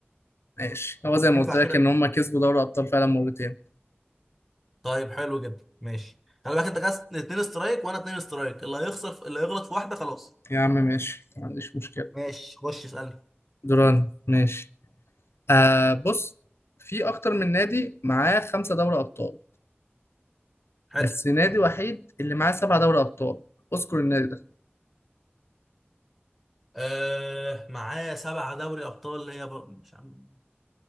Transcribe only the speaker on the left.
ماشي هو زي ما
قلت لك
إن هما كسبوا دوري أبطال فعلا مرتين
يا عم ماشي ما عنديش مشكلة
دوران ماشي آه بص في أكتر من نادي معاه خمسة دوري أبطال
بس نادي وحيد اللي معاه سبعة دوري أبطال اذكر النادي ده